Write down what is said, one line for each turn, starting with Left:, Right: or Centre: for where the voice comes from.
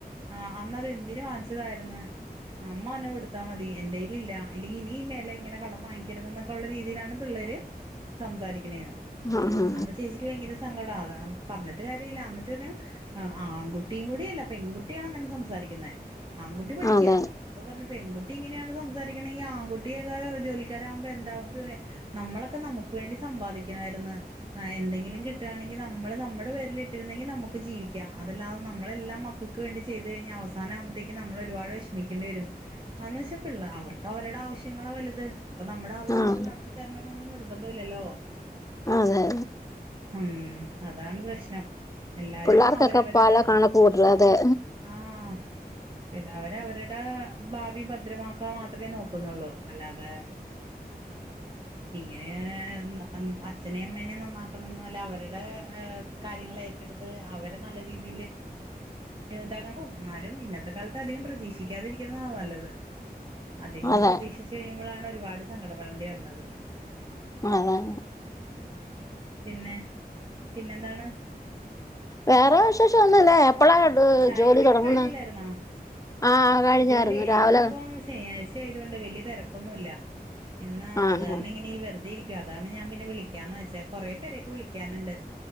Right: ആഹ് അന്നത് എന്തിന് വാങ്ങിച്ചതാര്ന്ന്? അമ്മ അന്നെ കൊടുത്താ മതി എന്റെ കൈലില്ല ഇല്ലങ്കി ഇനി മേല ഇങ്ങനെ കടം വാങ്ങിക്കര്ത് നൊക്കെ ഉള്ള രീതിയിലാണ് പിള്ളാര് സംസാരിക്കണെന്ന്
Left: ആഹ്
Right: അപ്പ ചേച്ചിക്ക് ഭയങ്കര സങ്കടാ അതാ പറഞ്ഞിട്ട് കാര്യല്ല അന്നട്ടി പറഞ്ഞു ആൺകുട്ടിയും കൂടിയല്ല പെൺകുട്ടിയാണ് അങ്ങനെ സംസാരിക്കുന്നെ ആൺ കുട്ടി പഠിക്കാ
Left: അതെ
Right: ഇപ്പ പറഞ്ഞ പെൺകുട്ടി ഇങ്ങനെയാണ് സംസാരിക്കണെങ്കി ആൺകുട്ടിയൊക്കെ ജോലിക്കാരാവ്മ്പ എന്താവും എന്നിട്ട് പറയാ നമ്മളൊക്കെ നമ്ക്ക് വേണ്ടി സമ്പാദിക്കണാര്ന്നു ആ എന്തെങ്കിലും കിട്ടാണെങ്കി നമ്മള് നമ്മടെ പേരിൽ ഇട്ടിര്ന്നെങ്കിൽ നമുക്ക് ജീവിക്കാം അതല്ലാതെ നമ്മളെല്ലാം മ മക്കക്ക് വേണ്ടി ചെയ്ത് കഴിഞ്ഞാ അവസാനാമ്പത്തേക്ക് നമ്മള് ഒര്പാട് വെഷമിക്കേണ്ടിവരും. അന്ന്ച്ചാ പിള്ള അവർക്ക് അവര്ടെ ആവശ്യങ്ങളാ വല്ത് അപ്പ നമ്മടെ ആവശ്യങ്ങള്
Left: ആഹ്
Right: നടത്തിത്തരണം ന്നൊന്നും നിർബന്ധവില്ലല്ലോ?
Left: അതെ
Right: ഉം അതാണ് പ്രശ്നം എല്ലാരും
Left: പിള്ളേർക്കൊക്കെ
Right: അവരവര്ടെ
Left: പല കണക്ക് കൂട്ടല് അതെ
Right: ആഹ് പിന്നെ അവര് അവര്ടെ ഭാവി ഭദ്രമാക്കാ മാത്രമേ നോക്കുന്നൊള്ളൂ അല്ലാതെ ഇങ്ങനെ ന അച്ഛനേം അമ്മേനേം നന്നാക്കണം ന്നല്ല അവര്ടെ കാര്യങ്ങളെറ്റടുത്ത് അവരെ നല്ല രീതിയില് <unintelligible> ന്നാലും ഇന്നത്തെ കാലത്ത് അധികം പ്രതീക്ഷിക്കാതിരിക്കുന്നതാ നല്ലത് അധികം
Left: അതെ
Right: പ്രതീക്ഷിച്ചു കഴിയുമ്പളാണ് ഒരുപാട് സങ്കടപ്പടണ്ടി വര്ണത്
Left: ആഹ് ആഹ് ആഹ്
Right: പിന്നെ പിന്നെന്താണ്
Left: വേറെ വിശേഷം ഒന്നുല്ല എപ്പളാ
Right: ചായകുടിയൊക്കെ
Left: ജോലി തുടങ്ങുന്നെ
Right: കഴിഞ്ഞില്ലായിരുന്നോ
Left: ആഹ് കഴിഞ്ഞായിരുന്നു
Right: ജോലി
Left: രാവിലെ
Right: ഇന്നിപ്പോ ശനിയാഴ്ച. ചെയ്തൊണ്ട് വലിയ തിരക്കൊന്നും ഇല്ല ഇന്ന്
Left: ആഹ്
Right: അത് കാരണം ഇങ്ങനെ വെ അതായിക്കും അതാണ് ഞാൻ പിന്നെ വിളിക്കാന്ന് വെച്ച കുറേ പേരെക്കെ വിളിക്കാനുണ്ട്